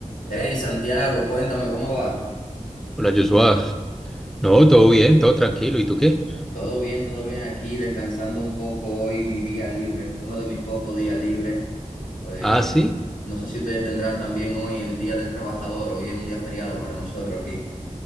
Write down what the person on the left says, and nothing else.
Hey Santiago, cuéntame cómo va.
Todo bien, todo bien aquí, descansando un poco hoy, mi día libre, uno de mis pocos días libres. Eh,
no sé si ustedes tendrán también hoy el Día del Trabajador, hoy es un día feriado para nosotros aquí.